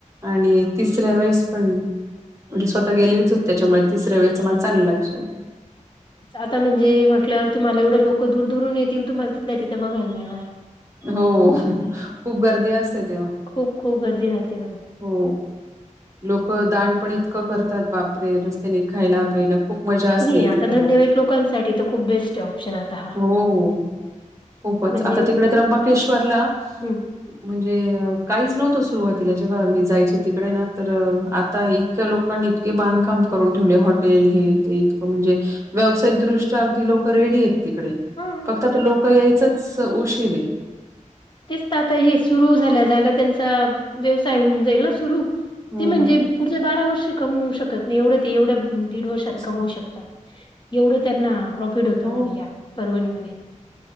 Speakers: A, on the right; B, on the left.
A: आणि तिसऱ्या वेळेस पण म्हणजे स्वतः गेलेच होत त्याच्यामुळे तिसऱ्या
B: हं.
A: वेळेचं मला चांगलं लक्षात ये.
B: आता म्हणजे म्हटल्यावर तुम्हाला एवढं लोकं दूर दूरून येतील तुम्हाला तिथल्या तिथे बघायला मिळणार ये.
A: हो खूप गर्दी असते तेव्हा.
B: खूप खूप गर्दी राहते म्हणे.
A: हो लोक दान पण इतकं करतात बापरे रस्त्याने खायला प्यायला खूप मजा असते
B: नाही
A: इथे
B: आता
A: तेव्हा
B: धंदेवाईक लोकांसाठी तर खूप बेस्ट आहे ऑप्शन आता हा.
A: हो हो. खूपच
B: म्हणजे
A: आता तिकडे त्र्यंबकेश्वरला
B: हं,
A: म्हणजे काहीच नव्हतं सुरुवातीला जेव्हा मी जायचे तिकडे ना तर आता इ इतक्या लोकांनी इतके बांधकाम करून ठेवले हॉटेल हे ते इतकं म्हणजे व्यावसायिक दृष्ट्या अगदी लोक रेडी आहेत तिकडे
B: हां.
A: फक्त आता लोक यायचंच उशीर आहे.
B: तेच तर आता हे सुरू झाल्या झाल्या त्यांचा व्यवसाय होऊन जाईल ना सुरू
A: हो
B: ते म्हणजे पुढचे बारा वर्ष कमवू शकत नाही एवढं ते एवढ्या दीड वर्षात
A: तेच
B: कमवू
A: ना.
B: शक त एवढं त्यांना प्रॉफिट होत म्हणे
A: हो
B: या परवनीमध्ये.